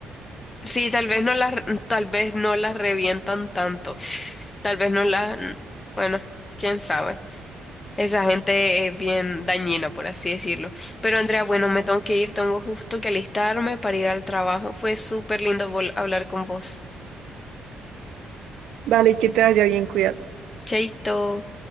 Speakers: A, on the left; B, on the right.
A: sí, tal vez no las, tal vez no las revientan tanto. Tal vez no las, bueno, quién sabe. Esa gente es bien dañina, por así decirlo. Pero Andrea, bueno, me tengo que ir, tengo justo que alistarme para ir al trabajo. Fue súper lindo vol- hablar con vos.
B: Dale, que te haya bien, cuidado.
A: Chaito.